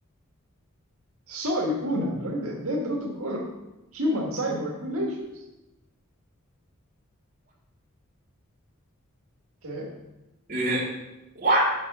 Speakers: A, on the right; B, on the right.
A: soy un androide dentro tu colo. Human Cyborg Relations. ¿Qué?
B: Y dije, ¿what?